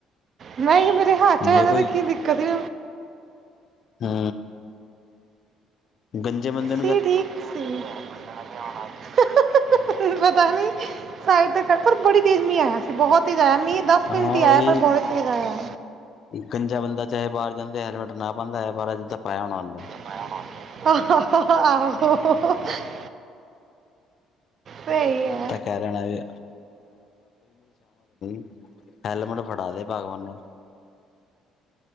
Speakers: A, on the right; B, on the left.
A: ਨਹੀਂ ਮੇਰੇ। ਹਾਚਾ
B: ਜੇ
A: ਇਹਦਾ
B: ਕੋਈ
A: ਤੇ ਕੀ ਦਿੱਕਤ ਏ।
B: ਹੂ ਗੰਜੇ ਮੰਦਿਰ
A: ਠੀਕ- ਠੀਕ ਉਹਨਾਂ ਨੇ ਆਣਾ ਅੱਜ। ਪਤਾ ਨੀ, ਸਾਡੇ ਤਾਂ ਬੜੀ ਤੇਜ਼ ਮੀਂਹ ਆਇਆ ਸੀ, ਬਹੁਤ ਤੇਜ਼ ਆਇਆ ਮੀਂਹ। ਮਿੰਟ
B: ਹਾਂ
A: ਹੀ ਆਇਆ
B: ਵੀ।
A: ਪਰ ਬਹੁਤ ਤੇਜ਼ ਆਇਆ
B: ਗੰਜਾ ਬੰਦਾ ਚਾਹੇ ਬਾਹਰ ਜਾਂਦੇ ਹੈਲਮਟ ਨਾ ਪਾਉਂਦਾ ਹੈ ਬਾਹ ਜਿੱਦਾਂ ਪਾਇਆ ਹੋਣਾ ਉਹਨੂੰ।
A: ਆਹ -ਆਹ ਪਈ ਐ।
B: ਤਾਂ ਕੈ ਦੇਣਾ ਵੀ <unintelligible> ਹੈਲਮਟ ਫੜਾ ਦੇ ਭਗਵਾਨੇ।